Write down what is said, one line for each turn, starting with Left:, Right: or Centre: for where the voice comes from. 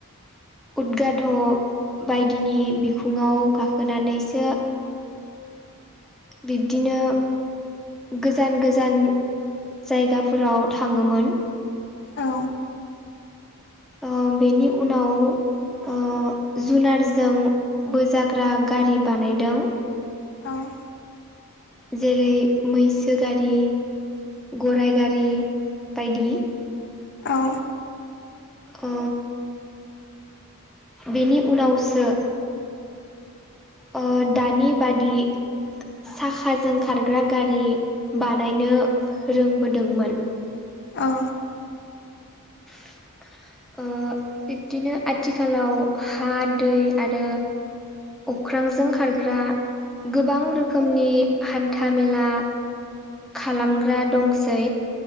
Centre: उदगाद' बायदिनि बिखुङाव गाखोनानैसो बिब्दिनो गोजान गोजान जायगाफोराव थाङोमोन
Left: औ।
Centre: ओ बेनि उनाव ओ जुनारजों बोजाग्रा गारि बानायदों।
Left: औ।
Centre: जेरै मैसो गारि, गराय गारि बायदि
Left: औ।
Centre: ओ बेनि उनावसो ओ दानि बादि साखाजों खारग्रा गारि बानायनो रोंबोदोंमोन।
Left: औ
Centre: <inaudible> ओ बिबदिनो आथिखालाव हा दै आरो अख्रांजों खारग्रा गोबां रोखोमनि हान्था मेला खालामग्रा दंसै